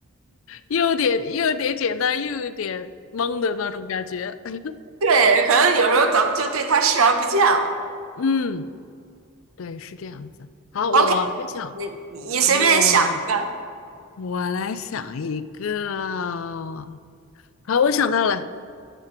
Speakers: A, on the left (about 70°); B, on the right (about 75°).
A: 又有点又有点简单，又有点懵的那种感觉。<laughs>
B: 对，可能有时候咱们就对他视而不见了。
A: 嗯，对，是这样子。好，我来想，
B: OK，你你随便想一个。
A: 我我来想一个。好，我想到了